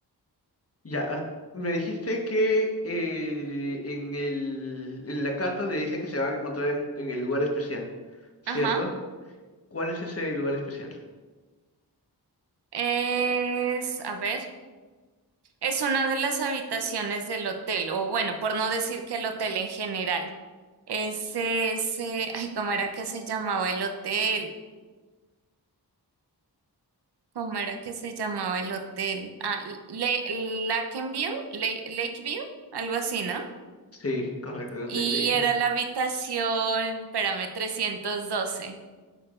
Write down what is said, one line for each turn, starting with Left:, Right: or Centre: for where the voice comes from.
Left: Ya, ah, me dijiste que el- en el, en la carta le dice que se van a encontrar en, en el lugar especial, ¿cierto?
Right: ajá.
Left: ¿Cuál es ese lugar especial?
Right: Es, a ver, es una de las habitaciones del hotel, o bueno, por no decir que el hotel en general. Ese, ese, ay, ¿cómo era que se llamaba el hotel? ¿Cómo era que se llamaba el hotel? Ah, Le Lakenview, Le- Lakeview, algo así, ¿no?
Left: Sí, correcto, el Hotel
Right: Y
Left: Lakeview.
Right: era la habitación, espérame, trescientos doce